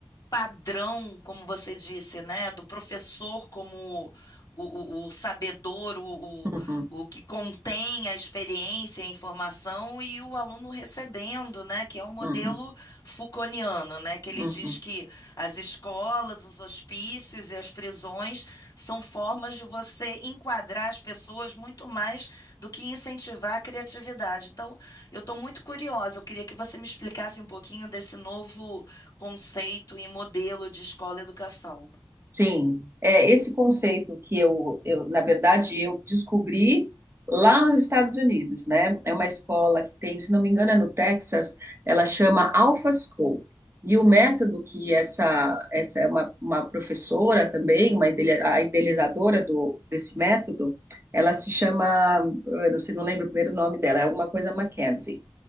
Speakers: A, on the left; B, on the right.
A: padrão, como você disse, né, do professor como o, o- o sabedor, o, o,
B: Uhum,
A: o que contém a experiência, a informação, e o aluno recebendo, né, que é o modelo
B: uhum,
A: Foucaultiano, né, que ele
B: uhum.
A: diz que as escolas, os hospícios e as prisões são formas de você enquadrar as pessoas muito mais do que incentivar a criatividade. Então, eu estou muito curiosa, eu queria que você me explicasse um pouquinho desse novo conceito e modelo de escola e educação.
B: Sim, é esse conceito que eu, eu, na verdade, eu descobri lá nos Estados Unidos, né? É uma escola que tem, se não me engano, é no Texas, ela chama Alpha School. E o método que essa, essa é uma, uma professora também, uma idele- a idealizadora do, desse método, ela se chama, eu não sei, não lembro o primeiro nome dela, é alguma coisa Mackenzie